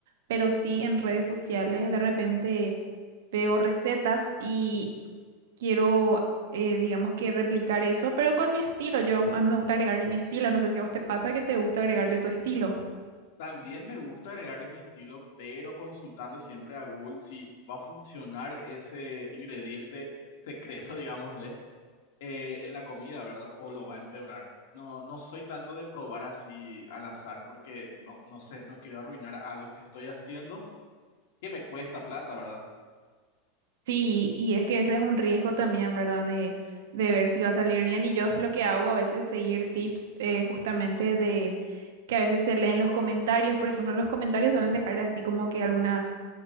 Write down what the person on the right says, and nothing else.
pero sí en redes sociales. De repente veo recetas y quiero, eh, digamos que replicar eso, pero con mi estilo. Yo, a mí me gusta agregarle mi estilo. No sé si a vos te pasa que te gusta agregarle tu estilo.
Sí, y es que ese es un riesgo también, ¿verdad? De, de ver si va a salir bien. Y yo es lo que hago a veces, seguir tips eh, justamente de que a veces se leen los comentarios. Por ejemplo, los comentarios suelen dejar así como que algunas